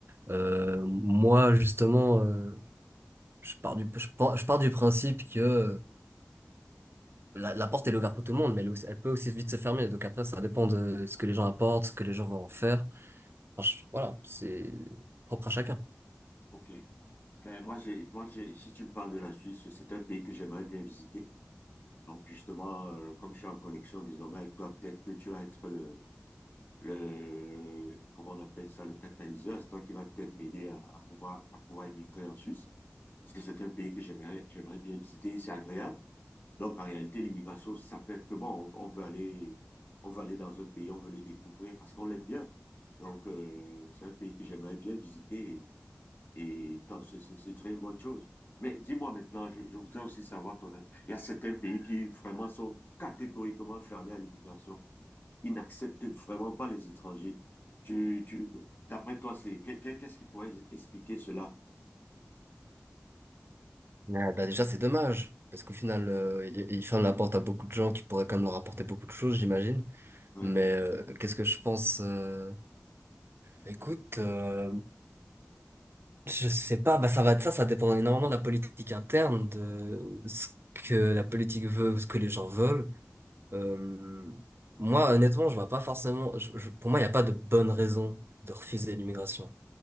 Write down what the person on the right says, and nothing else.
Euh, moi, justement, euh, je pars du, je pars, je pars du principe que la, la porte, elle est ouverte pour tout le monde, mais elle, est aussi- elle peut aussi vite se fermer. Donc après, ça dépend de ce que les gens apportent, ce que les gens vont en faire. Enfin, je- voilà, c'est propre à chacun.
Mais, bah, déjà, c'est dommage, parce qu'au final, euh, il, il ferme la porte à beaucoup de gens qui pourraient quand même leur apporter beaucoup de choses, j'imagine.
Mais euh, qu'est-ce que je pense euh, Écoute, euh, je sais pas, bah, ça va être ça, ça dépend énormément de la politique interne, de ce que la politique veut, ce que les gens veulent. Euh, moi, honnêtement, je vois pas forcément. je- je- pour moi, il n'y a pas de bonne raison de refuser l'immigration,